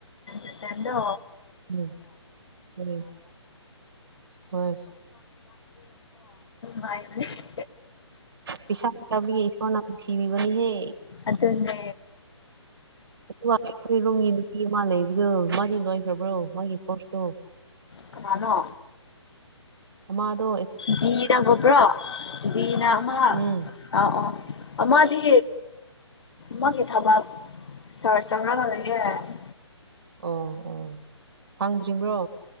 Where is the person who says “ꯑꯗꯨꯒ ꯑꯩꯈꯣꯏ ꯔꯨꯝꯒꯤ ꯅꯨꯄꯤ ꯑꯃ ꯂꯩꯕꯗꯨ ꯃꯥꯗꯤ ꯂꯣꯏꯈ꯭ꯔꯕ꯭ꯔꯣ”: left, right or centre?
Right